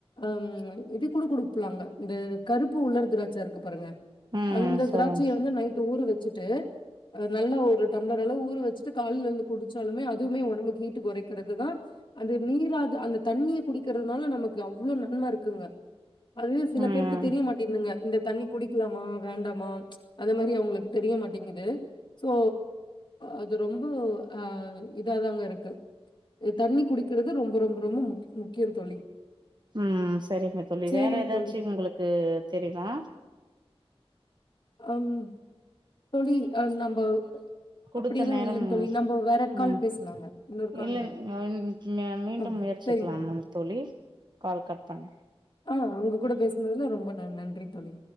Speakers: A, on the left; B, on the right.
A: அம் இது கூட குடு ப்பலாங்க இந்த ப்ப உலர் திராட்ச இருக்கு பாருங்க
B: ம்
A: அந்த
B: சொல்லுங்க
A: திராட்சய வந்து நைட்டு ஊற வச்சுட்டு ஆ நல்லா ஒரு டம்ளர் அளவு ஊற வச்சுட்டு காலைல எழுந்து குடிச்சாலுமே அதுவுமே ஒடம்பு ஹீட்டு கொறைக்கிறதுதா அந்த நீராது அந்த தண்ணிய குடிக்கிறதுனால நமக்கு அவ்ளோ நன்ம இருக்குங்க அதுவே சில
B: ம்
A: பேர் க்கு தெரிய மாட்டேதுங்க இந்த தண்ணி குடிக்கலாமா வேண்டாமா அது மாரி அவங்களுக்கு தெரிய மாட் டேங்குது சோ அது ரொம்ப ஆ இதாதாங்க இருக்கு அ தண்ணி குடிக்கிறது ரொம்ப ரொம்ப ரொம்ப முக் முக்கியோந் தோழி
B: ம் சரிங்க தோழி
A: சரிங்க
B: வேற ஏதாச்சு
A: தோழி.
B: உங்களுக் கு தெரியுமா
A: அம் தோழி அ நம்ப
B: குடுத்த
A: அப்படிலாம்
B: நேரம்
A: இல்லைங்க தோழி. நம்ப வேற
B: ம்
A: கால் பேசலாங்க. இன்னொரு கால்.
B: இல்ல மீண்டும்
A: ஆமா.
B: முயற்சிக்கலாம்ங்க
A: சரிங்க
B: தோழி கால் கட் பண்ணு
A: ஆ உங்க கூட பேசுனதுல ரொம்ப ந நன்றி தோழி